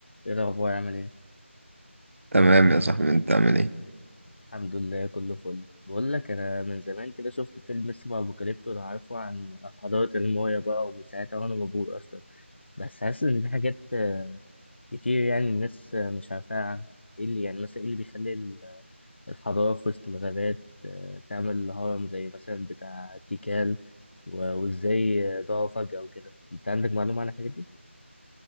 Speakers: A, on the left; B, on the right.
A: ايه الاخبار عامل ايه
B: تمام يا صاحبي انت عامل ايه
A: الحمد لله كله فل بقول لك انا من زمان كده شفت فيلم اسمه ابوكاليبتو لو عارفه عن حضاره المايا بقى ومن ساعتها وانا مبهور اصلا بس حاسس ان في حاجات آه، كتير يعني الناس آه، مش عارفاها عنها ايه اللي يعني مثلا ايه اللي بيخلي ال- الحضاره في وسط الغابات آه، تعمل هرم زي مثلا بتاع تيكال و- وازاي آه، ضاعوا فجأة وكده انت عندك معلومة عن الحاجات دي